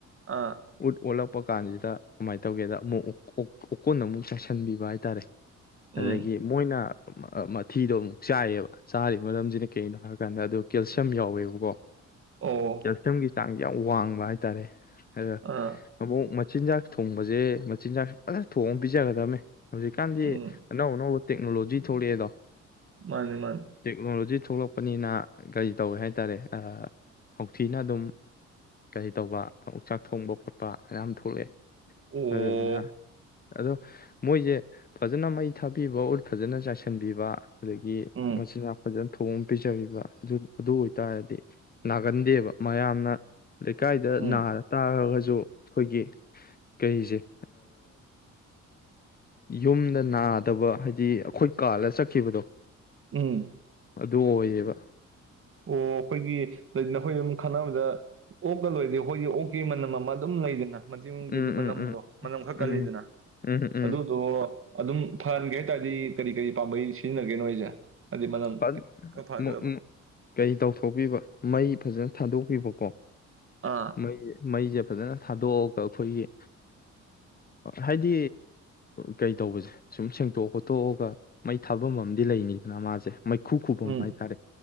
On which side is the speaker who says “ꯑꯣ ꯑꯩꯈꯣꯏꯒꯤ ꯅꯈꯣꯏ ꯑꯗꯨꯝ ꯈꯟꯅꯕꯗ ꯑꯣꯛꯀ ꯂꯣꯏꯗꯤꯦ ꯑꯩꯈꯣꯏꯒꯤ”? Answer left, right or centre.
Right